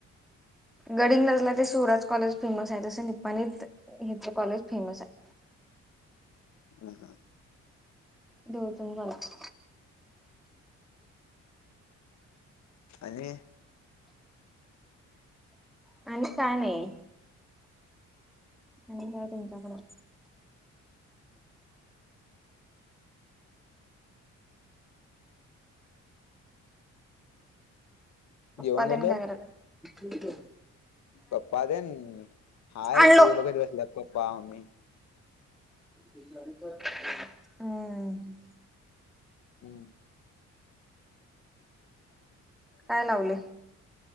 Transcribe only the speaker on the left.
हम्म हम्म.
आणि काय.
जेवण
झालं
पप्पा देन हाय
टी व्ही बघत बसलात पप्पा मम्मी.
हम्म. ह <unintelligible>